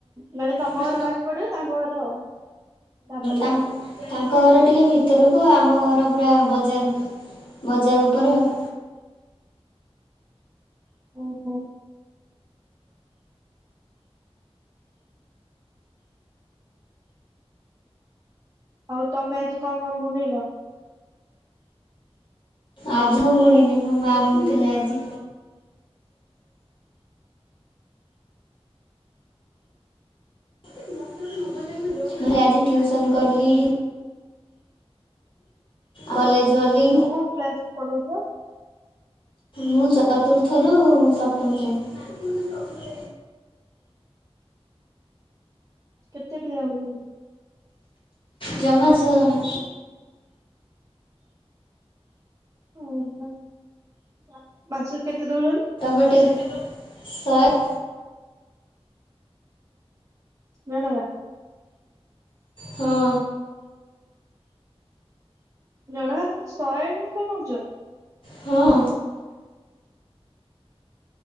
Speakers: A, on the right (about 30°); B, on the left (about 50°).
A: ମାନେ ତମ
B: ହୁଁ
A: ଘର ଫାଷ୍ଟ ପଡିବ ତାଙ୍କ ଘର ତାପରେ
B: ତାଙ୍କ ଘର ଟିକେ ଭିତରକୁ ଆମ ଘର ଘରପୁରା ବଜାର ବଜାର ଉପରେ ଆଉ।
A: ଓହୋ ଆଉ ତମେ ଆଜି କଣ କଣ ବୁଣିଲ?
B: ଆଜି ମୁଁ ବୁଣିନି ମୋ ମା ବୁଣିଥିଲା ଆଜି। ମୁଁ ଆଜି ଟ୍ୟୁସନ୍ କଲି କଲେଜ ଗଲି।
A: କୋଉ କୋଉ କ୍ଲାସ ପଢ଼ଉଛ?
B: ମୁଁ ଚତୁର୍ଥରୁ ସପ୍ତମ ଶ୍ରେଣୀ।
A: କେତେ ପିଲା ହଲେଣି?
B: ଜମାରୁ ଛ ଜଣ
A: ଓ ହୋ <unintelligible> ମାସକୁ କେତେ? ଦଉଛନ୍ତି
B: ତମେ ଟିକ ସାର୍।
A: ନା ନବା?
B: ହଁ।
A: ଜଣକା ତମେ ଶହେ ଦୁଇଶହ ନ‌ଉଚ?
B: ହଁ।